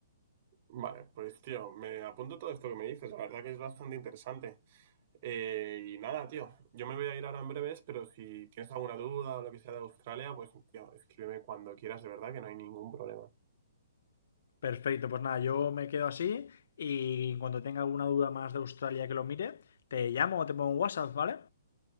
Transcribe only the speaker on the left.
Perfecto, pues nada, yo me quedo así y cuando tenga alguna duda más de Australia que lo mire, te llamo o te pongo un WhatsApp, ¿vale?